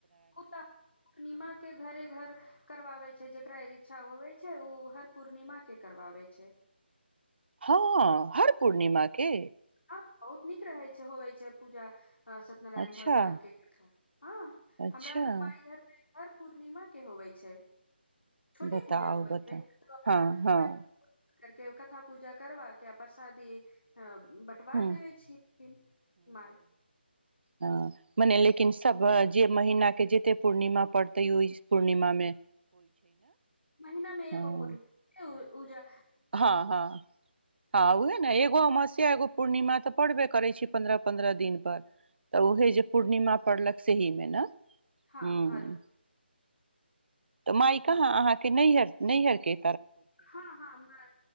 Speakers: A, on the left (about 75°); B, on the right (about 65°).
A: तऽ पूर्णिमा के घरे घर करवाबे छै जेकरा इच्छा होवे छै ओ हर पूर्णिमा के करवाबै छय
B: हंउआ हर पूर्णिमा के
A: हँ बहुत नीक रहै छै होवै छै पूजा सत्यनारायण
B: अच्छा
A: भगवान के कथा हँ
B: अच्छा
A: हमरा माय घरमे ओर पूर्णिमा के होबै छै छोटे
B: बताउ
A: पूजा होवे
B: बता
A: छै तो अपना
B: हाँ हाँ
A: पंडित करके कथा पूजा करबा के प्रसादी अब बँटवा
B: हूँ
A: देबे छीय खिन माय
B: ह मने लेकिन सभ जे महीनाके जते पूर्णिमा पड़तै तै स ओइ पूर्णिमामे
A: महिनामे एगो
B: हँ
A: पूर्णिमा पूजा
B: हँ हँ हँ उहे न एगो अमस्या एगो पूर्णिमा तऽ पड़बे करय छी पन्द्रह पन्द्रह दिन पर तऽ उहे जे पूर्णिमा पड़लक सही मे ने
A: हाँ
B: हूँ
A: हर
B: तऽ माय कहाँ अहाँके नैहर नैहरके
A: हँ हँ माय